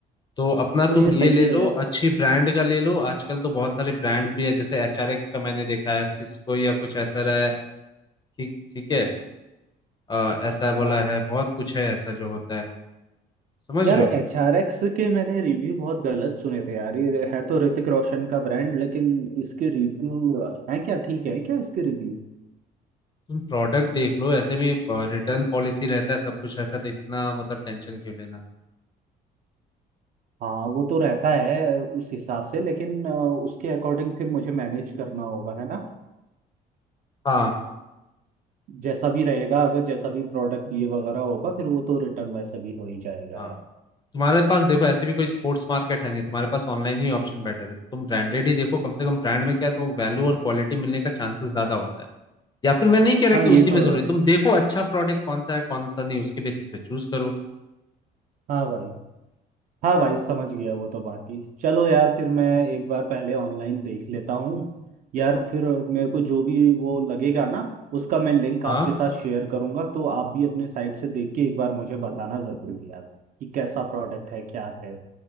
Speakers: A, on the left; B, on the right.
A: तो अपना
B: तो
A: तुम
B: ये सही
A: ये ले
B: है
A: लो
B: यार
A: अच्छी ब्रांड का ले लो आजकल तो बहुत सारे ब्रांड्स भी है जैसे एच आर एक्स का मैंने देखा है सिस्को या कुछ ऐसा रहा है ठीक ठीक है अ, ऐसा वाला
B: हाँ
A: है बहुत कुछ है ऐसा जो होता है समझ
B: यार
A: रहे
B: एच
A: हो
B: आर एक्स के मैंने रिव्यू बहुत गलत सुने थे यार ये है तो ऋतिक रोशन का ब्रांड लेकिन इसके रिव्यू हैं क्या ठीक है क्या इसके रिव्यू
A: तुम प्रोडक्ट देख लो ऐसे भी रिटर्न पॉलिसी रहता है सब कुछ रहता है तो इतना मतलब टेंशन क्यों लेना
B: हाँ वो तो रहता है उस हिसाब से लेकिन अ, उसके अकॉर्डिंग फिर मुझे मैनेज करना होगा है ना
A: हाँ
B: जैसा भी रहेगा अगर जैसा भी प्रोडक्ट ये वगैरह होगा फिर वो तो रिटर्न वैसे भी हो ही जाएगा
A: हाँ
B: यार
A: तुम्हारे पास देखो ऐसे भी कोई स्पोर्ट्स मार्केट है नहीं तुम्हारे पास ऑनलाइन ही ऑप्शन बेटर है तो तुम ब्रांडेड ही देखो कम से कम ब्रांड में क्या है तो वैल्यू और क्वालिटी मिलने का चांसेस ज्यादा होता है या फिर मैं नहीं कह रहा
B: हाँ
A: कि
B: ये
A: उसी
B: तो
A: में जरूरी
B: है
A: तुम देखो अच्छा प्रोडक्ट कौन सा है कौन सा नहीं उसके बेसिस पे चूज करो
B: हाँ भाई हाँ भाई समझ गया वो तो बाकी चलो यार फिर मैं एक बार पहले ऑनलाइन देख लेता हूँ यार फिर मेरे को जो भी वो लगेगा ना उसका मैं लिंक
A: हाँ
B: आपके साथ शेयर करूँगा तो आप भी अपने साइट से देख के एक बार मुझे बताना ज़रूरी यार कि कैसा प्रोडक्ट है क्या है